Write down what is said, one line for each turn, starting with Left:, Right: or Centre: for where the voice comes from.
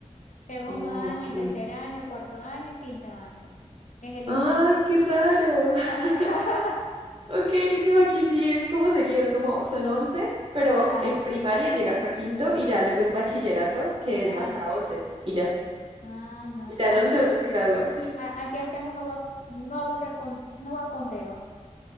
Left: segundo
Right: ok.
Left: año, tercer año, cuarto año y quinto año. Es el liceo.
Right: Ay, qué raro. <laughs>
Left: <laughs> Ajá,
Right: Ok, no, aquí sí es como seguido, es como son once, pero
Left: ajá,
Right: en primaria llega hasta quinto y ya luego es bachillerato, que es
Left: ajá.
Right: hasta once y ya.
Left: Ah, no.
Right: Y ya en
Left: Aquí,
Right: once uno se gradúa.
Left: a- aquí hacemos nuevo, nuevo, recon- nuevo conteo.